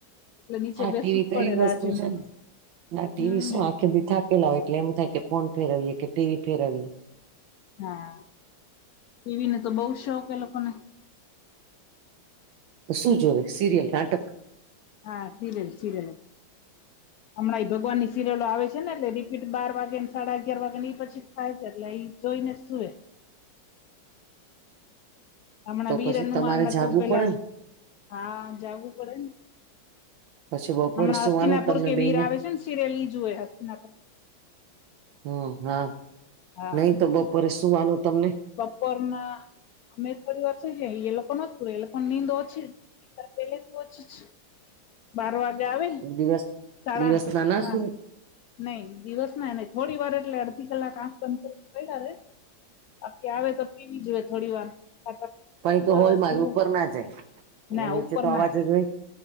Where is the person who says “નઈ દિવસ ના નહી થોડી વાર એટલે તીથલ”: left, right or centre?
Left